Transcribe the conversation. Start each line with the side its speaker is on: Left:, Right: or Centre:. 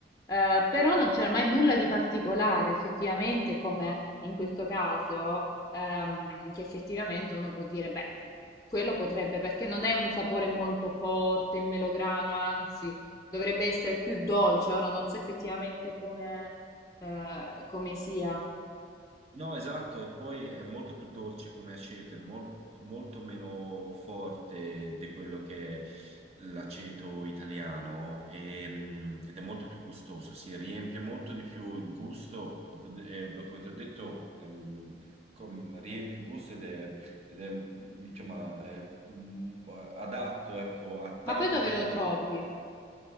Left: Eh, però non c'era mai nulla di particolare, effettivamente, come in questo caso, ehm, che effettivamente uno può dire, beh, quello potrebbe, perché non è un sapore molto forte, il melograno, anzi, dovrebbe essere più dolce. Ora non so effettivamente come, eh, come sia.
Right: No, esatto, e poi è molto più dolce come aceto, è mol- molto meno forte di quello che è l'aceto italiano e, mh, ed è molto più gustoso, si riempie molto di più il gusto, eh, come ti ho detto, ehm, com- riempie il gusto ed è, ed è, diciamo, eh, mh, adatto, ecco, a tanti
Left: Ma poi dove
Right: tipi
Left: lo trovi?
Right: di...